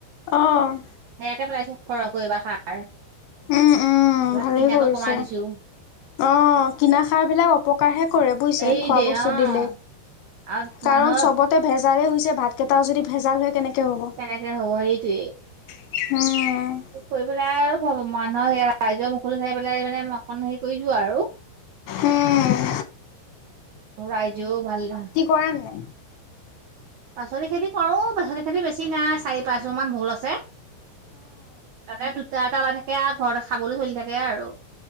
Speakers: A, on the left; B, on the right.
A: অ',
B: সেয়াকে পেলাইছো সৰহকৈ সাৰ।
A: উম, উম,
B: ইয়াত
A: ভালেই
B: কিনাটো
A: কৰিছে।
B: কমাই দিছো।
A: অ' কিনা সাৰ বিলাক অপকাৰহে কৰে বুজিছে
B: এই
A: খোৱা
B: দে
A: বস্তু
B: অ',
A: দিলে।
B: আৰু
A: কাৰণ
B: মানুহৰ
A: চবতে ভেজালেই হৈছে ভাতকেইটাও যদি ভেজাল হয় কেনেকৈ হ'ব।
B: কেনেকে হ'ব সেইটোয়ে।
A: উম।
B: কৰি পেলাই আৰু মানুহৰ সে ৰাইজৰ মুখলৈ চাই পেলাই মানে মই অকণ হেৰি কৰিছো আৰু।
A: উম,
B: ৰাইজ ভাল ধান
A: কৰেনে নাই।
B: পাচলি খেতি কৰো, পাচলি খেতি বেছি নাই চাৰি পাঁচবোৰ মান ভোল আছে। তাতে দুটা এটা ওলাই থাকে আৰু ঘৰতে খাবলৈ চলি থাকে আৰু।